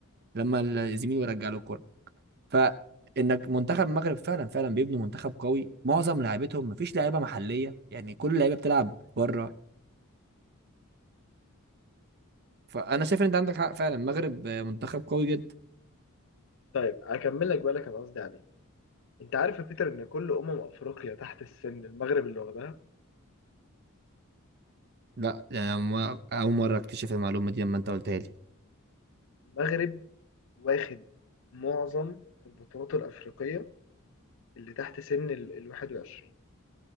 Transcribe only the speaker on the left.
طيب اكمل لك بقى اللي كان قصدي عليه انت عارف يا بيتر ان كل امم افريقيا تحت السن المغرب اللي واخدها
المغرب واخد معظم البطولات الأفريقية اللي تحت سن ال ال 21